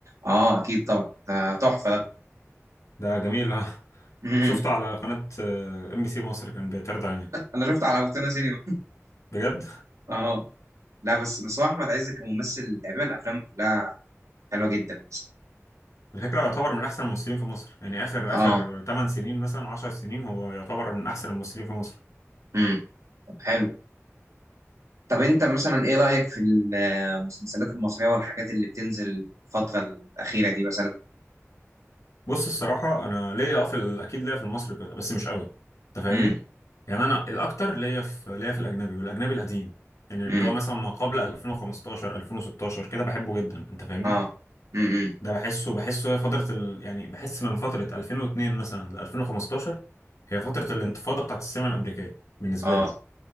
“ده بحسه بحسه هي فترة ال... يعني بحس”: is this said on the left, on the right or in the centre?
Left